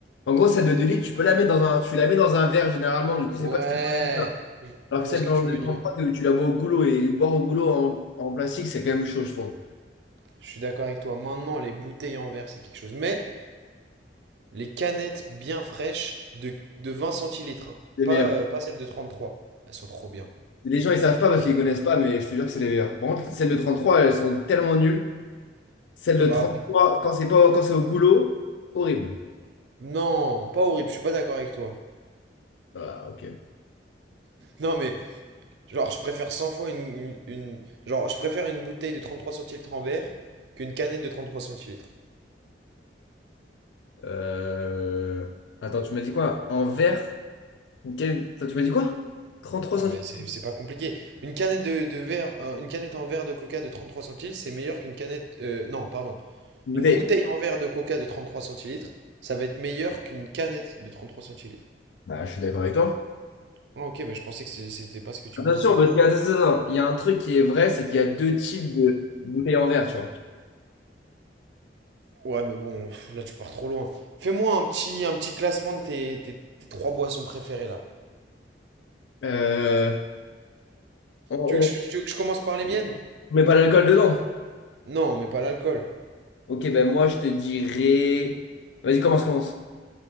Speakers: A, on the left; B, on the right.
A: En gros, celle de 2 litres, tu peux la mettre dans un, tu la mets dans un verre généralement, du coup, c'est
B: Ouais,
A: pas si grave.
B: je
A: Alors
B: je vois
A: que celle
B: ce que
A: dans
B: tu
A: le
B: veux
A: 33,
B: dire.
A: c'est où tu la bois au goulot et boire au goulot en, en plastique, c'est quand même chaud, je trouve.
B: Je suis d'accord avec toi. Maintenant, les bouteilles en verre, c'est quelque chose. Mais les canettes bien fraîches de, de 20 centilitres, hein.
A: C'est Les
B: Pas,
A: meilleurs.
B: euh, pas celles de 33. Elles sont trop bien.
A: Les gens, ils savent pas parce qu'ils connaissent pas, mais je te jure que c'est les meilleurs. Par contre, celles de 33, elles sont tellement nulles. Celles de
B: Bah,
A: 33, quand c'est pas, quand c'est au goulot, horrible.
B: non, pas horrible, je suis pas d'accord avec toi.
A: Ah, ok.
B: Non, mais genre, je préfère 100 fois une, une- une- Genre, je préfère une bouteille de 33 centilitres en verre qu'une canette de 33 centilitres.
A: Euh, Attends, tu m'as dit quoi? En verre? Quel- Attends, tu m'as dit quoi? 33
B: Ouais,
A: centilitres?
B: mais c'est c'est pas compliqué. Une canette de, de verre, euh, une canette en verre de coca de 33 centilitres, c'est meilleur qu'une canette. euh, non, pardon.
A: Une bouteille.
B: Une bouteille en verre de coca de 33 centilitres, ça va être meilleur qu'une canette de 33 centilitres.
A: Bah, je suis d'accord avec toi.
B: Ah, ok, bah, je pensais que c'est- c'était pas ce que tu
A: Bien
B: me disais.
A: sûr, parce qu'il y a, attends, attends, attends, il y a un truc qui est vrai, c'est qu'il y a deux types de bouteilles en verre, tu vois.
B: Ouais, mais bon, pff, là tu pars trop loin. Fais-moi un petit, un petit classement de tes, tes- tes trois boissons préférées là.
A: Euh, on,
B: Tu veux que je, tu veux que je commence par les miennes?
A: on met pas l'alcool dedans.
B: Non, mais pas l'alcool.
A: Ok, ben moi je te dirais. Vas-y, commence, commence.